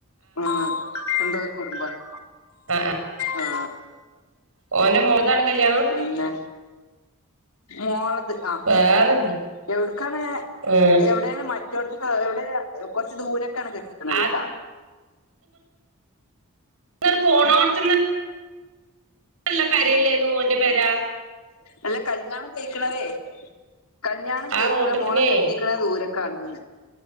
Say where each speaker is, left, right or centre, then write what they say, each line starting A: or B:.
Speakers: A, on the left (about 75°); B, on the right (about 70°).
A: ആ എന്തോരു കുടുംബാണ്
B: ആ ആ
A: ആ
B: ഓന്റെ മോളതാണ് കല്യാ
A: പിന്നെ മോളത് ആ
B: വേറെന്ത്
A: എവിട്ക്കാണ്
B: ഏ
A: എവടേണ് മറ്റ് റ്റോടത്ത്ക്കാ എവിടേയാ കൊറച്ച് ദൂരെക്കാണ് കെട്ടിക്ക്ണത്
B: അത്
A: ട്ടാ
B: ന്നാട് പോണോടത്ത്ന്ന് നല്ല പെരയല്ലേർന്നു ഓൻ്റെ പെരാ
A: അല്ല കല്ല്യാണം കയിക്ക്ണതേ കല്ല്യാണം
B: ആ
A: കെയിക്കുന്ന
B: റോട്ടിനെ
A: മോള കെട്ടിക്ക്ണത് ദൂരെക്കാണ് ന്ന്